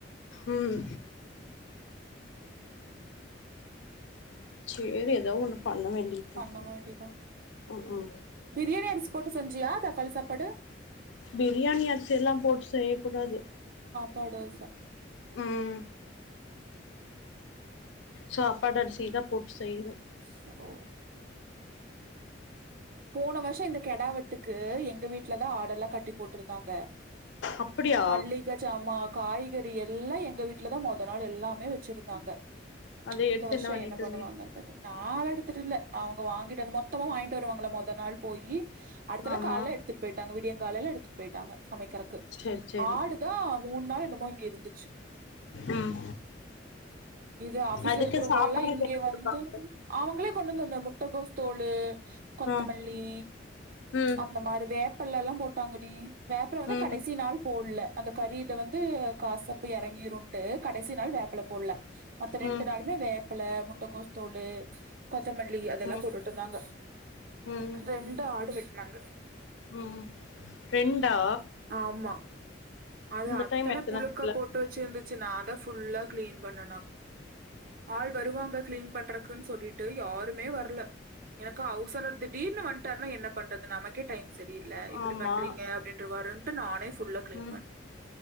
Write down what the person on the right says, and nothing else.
பண்ண வேண்டியதா
பிரியாணி அரிசி போட்டு செஞ்சியா தக்காளி சாப்பாடு
பாடு சாப்.
சோ. போன வருஷம் இந்த கெடாவெட்டு க்கு எங்க வீட்டுல தான் ஆடெல்லாம் கட்டி போட்டுருந்தாங்க
மல்லிகை ஜாமா காய்கறி எல்லாம் எங்க வீட்டுலதான் மொத நாள் எல்லாமே வெச்சிரு ங்க
இந்த வருஷம்
என்ன
பண்ணுவாங்க எடுத்துட்டு அவங்க வாங்கிட்டு அ மொத்தமா வாங்கிட்டு மொத நாள் போய் அடுத்தத்துல
கால எடுத்துட்டு போயிட்டாங்க காலையில் எடுத்துட்டு போயிட்டாங்க சமைக்கிறதுக்கு
ஆடுதான் மூணு நாள் என்னமோ இங்க இருந்துச்சு
இது ஆபீஸ்ல
இருக்கிறவர்கள்
எல்லாம் இங்க
வந்து அவங்களே கொண்டு வந்த அந்த முட்டகோஸ் தோள் கொத்தமல்லி
அந்த மாதிரிவே ப்பல்ல எல்லாம் போட்டாங்கடி வேப்பரம் வந்து
கடைசி நாள் போடல அந்த கறில வந்து காசப்ப எறங்கிரும்ன்ட்டு கடைசி நாள் வேப்பல போடல மத்த ரெண்டு
நாளுமே வேப்பில முட்டைக்கோச தோளு கொத்தமல்லி அதெல்லாம்
போட்டுட்டு இருந்தாங்க
ரெண்டு ஆடு வெட்டனாங்க
ஆமா அது
அத்தன
புழுக்க
போட்டு வெச்சிருந்துச்சு நான் ஃபுல்லா கிளீன் பண்ணனா ஆள் வருவாங்க கிளீன் பண்றக்குன்னு சொல்லிட்டு யாருமே வரல எனக்கு அவசணர் திடீர்னு வந்து தரும் என்ன பண்றது நமக்கே டைம் சரியில்ல இப்படி
பண்றீங்க அப்படின்ற வாரு நானே ஃபுல்லாக்ளீன்
பண்ணு